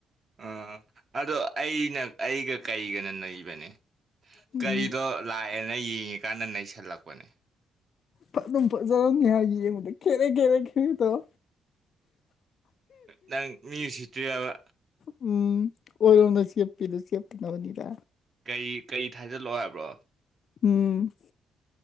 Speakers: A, on the right; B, on the left.
A: ꯑꯥ ꯑꯗꯣ ꯑꯩꯅ ꯑꯩꯒ ꯀꯩꯒꯅ ꯅꯩꯕꯅꯦ
B: ꯎꯝ
A: ꯀꯔꯤꯗꯣ ꯂꯥꯛꯑꯦꯅ ꯌꯦꯡꯉꯤꯀꯥꯟꯗ ꯅꯩꯁꯜꯂꯛꯄꯅꯦ
B: ꯐ ꯑꯗꯨꯝ ꯐꯖꯔꯝꯅꯤ ꯍꯥꯏ ꯌꯦꯡꯕꯗ ꯈꯦꯔꯦ ꯈꯦꯔꯦ ꯈꯦ ꯇꯧ
A: ꯅꯪ ꯃꯤ ꯁꯤꯇ꯭ ꯌꯥꯕ
B: ꯎꯝ ꯑꯣꯏꯔꯣꯝꯗ ꯁꯦꯞꯄꯤꯗꯣ ꯆꯦꯞꯇꯅꯕꯅꯤꯗ
A: ꯀꯩ ꯀꯔꯤ ꯊꯥꯖꯤꯜꯂꯛꯑꯣ ꯍꯥꯏꯕ꯭ꯔꯣ
B: ꯎꯝ